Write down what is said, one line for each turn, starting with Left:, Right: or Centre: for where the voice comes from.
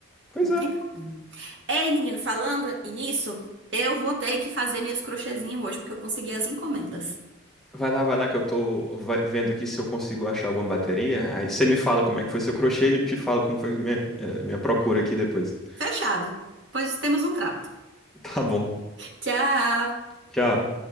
Centre: Pois
Right: não
Centre: é.
Right: tem problema. Ei, menino, falando nisso, eu vou ter que fazer minhas crochêzinhas hoje porque eu consegui as encomendas.
Centre: Vai lá, vai lá que eu tô vai- vendo aqui se eu consigo achar alguma bateria. Aí você me fala como é que foi seu crochê e eu te falo como foi minha, eh, minha procura aqui depois. <laughs>
Right: Fechado. Pois temos um trato.
Centre: Tá bom.
Right: Tchau!
Centre: Tchau.